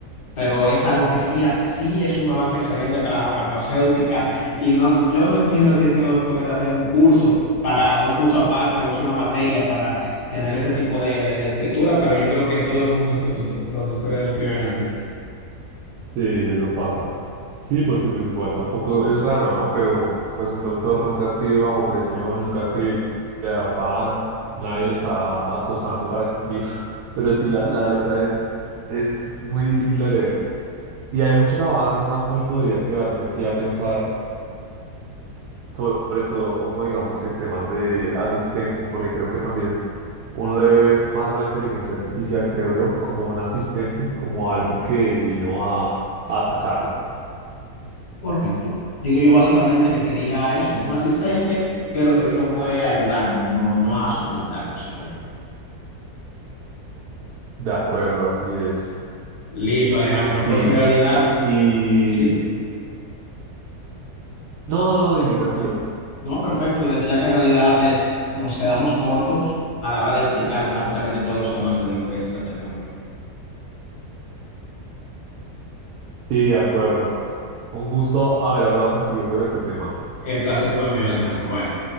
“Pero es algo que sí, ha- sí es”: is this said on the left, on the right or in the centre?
Left